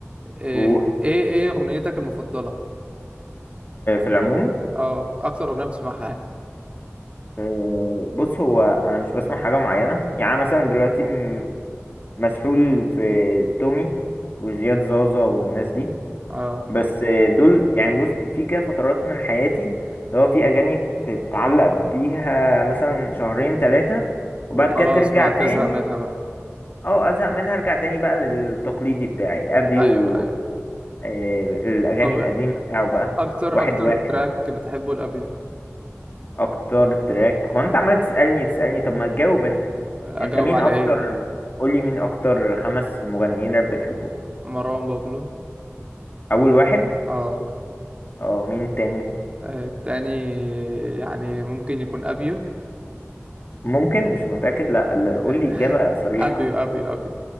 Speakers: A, on the right; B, on the left.
A: ايه
B: وفي
A: ايه إيه اغنيتك المفضلة
B: العموم
A: اه اكتر اغنية بتسمعها يعني
B: آه، بص هو انا مش بسمع حاجه معينه يعني أنا مثلا دلوقتي م- مسحول في تومي وزياد زازا والناس دي
A: اه
B: بس دول يعني بص في كده فترات من حياتي اللي هو في اغاني تتعلق بيها مثلا شهرين ثلاثة وبعد
A: وخلاص
B: كده ترجع
A: بقى
B: تاني
A: تزهق منها بقى
B: او ازهق منها ارجع تاني بقى للتقليدي بتاعي ابي
A: ايوه
B: و
A: ايوه
B: آه، الاغاني
A: طب
B: القديمة بتاعه بقى
A: اكتر
B: واحد
A: اكتر
B: واحد
A: تراك بتحبه الابيو
B: اكتر تراك هو انت عمال تسألني تسألني طب ما تجاوب انت انت
A: اجاوب
B: مين
A: على
B: اكتر
A: ايه
B: قولي مين اكتر خمس مغنيين راب بتحبهم
A: مروان بابلو
B: اول واحد
A: اه
B: اه مين تاني
A: آه، التاني يعني ممكن يكون ابيو
B: ممكن مش متأكد لا لا، قولي
A: <laughs>
B: اجابة صريحة
A: ابيو ابيو ابيو